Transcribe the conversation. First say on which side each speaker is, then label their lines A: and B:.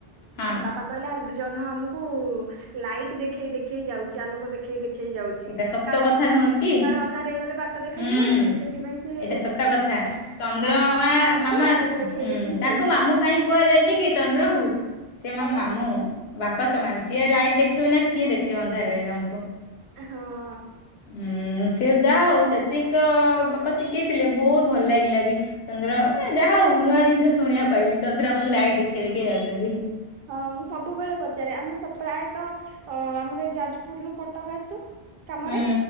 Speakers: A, on the left (about 80°); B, on the right (about 65°).
A: ହଁ।
B: ବାପା କଇଲା ଜହ୍ନ ଆମୁକୁ ଲାଇଟ୍ ଦେଖେଇ ଦେଖେଇ ଯାଉଚି ଆଲୋକ ଦେଖ୍ ଦେଖେଇ ଦେଖେଇ ଯାଉଚି
A: ଏଇଟା ସତ
B: କାଳେ
A: କଥା
B: ଅନ୍ଧା
A: ନୁହଁ କି?
B: କାଳେ ଅନ୍ଧାର ହେଇଗଲେ ବାଟ ଦେଖାଯିବନି
A: ହୁଁ
B: କି ସେଥିପାଇଁ ସେ
A: ଏଇଟା ସତ
B: ଏମ୍ମ୍
A: କଥା। ଚନ୍ଦ୍ରମାମା
B: ହଁ ଟର୍ଚ ମାରିକି
A: ମାମା ମାମା
B: ଆଲୋକ ଦେଖେଇ
A: ହୁଁ
B: ଦେଖେଇ
A: ତାଙ୍କୁ
B: ଯାଉଚି।
A: ମାମୁଁ କାହିଁ କୁହାଯାଇଚି କି ଚନ୍ଦ୍ର କୁ ସେ ମା
B: ହଁ
A: ମାମୁଁ।
B: ବା
A: ବାପା ସମାନ୍ ସିଏ ଲାଇଟ୍ ଦେଖେବେନି ଆଉ କିଏ ଦେଖେଇ ଅନ୍ଧାରରେ ଆମକୁ।
B: ଆ ହଁ
A: ଉଁ ସିଏ ଯା ହୋଉ ସେତିକି ତ ବାପା ଶିକେଇଥିଲେ, ବୋହୁତ ଭଲ୍ ଲାଗିଲା ବି ଚନ୍ଦ୍ର ମାନେ ଯାହା ହୋଉ ନୂଆ ଜିନିଷ ଶୁଣିଆକୁ ପାଇଲି ଚନ୍ଦ୍ରା ଆମୁକୁ ଲାଇଟ୍ ଦେଖେଇ ଦେଖେଇ ଯାଉଚନ୍ତି।
B: ହଁ ମୁଁ ସବୁବେଳେ ପଚାରେ ଆମେ ସଵ୍ ପ୍ରାଏତ ଅଁ ଆମର ଏ ଯାଜପୁର ରୁୁ କଟକ ଆସୁ କାମରେ
A: ହୁଁ